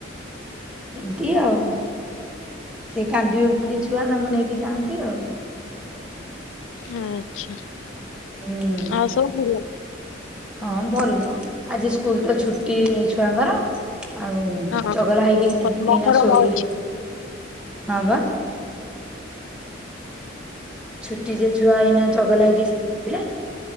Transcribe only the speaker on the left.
ଆଛା
ଆଉ ସବୁ ଭଲ।
ହଁ।
ମହରମ
ଅଛି